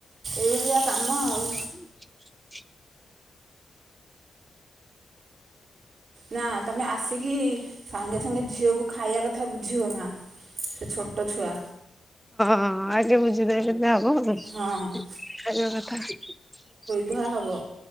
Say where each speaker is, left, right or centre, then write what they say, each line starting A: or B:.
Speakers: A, on the right; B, in the centre.
A: ଏଇଭଳିଆ କାମ
B: <inaudible>
A: ଆଉ ନାଁ ତମେ ଆସି କି ସାଙ୍ଗେ ସାଙ୍ଗେ ଝିଅକୁ ଖାଇବା କଥା ବୁଝିବ ମା ସେ ଛୋଟ ଛୁଆ
B: ହଁ ଆଗେ ବୁଝିଦେବେ।
A: ହଁ
B: ଯାହାହେବ ଖାଇବା କଥା।
A: ଧୂଆ ହବ।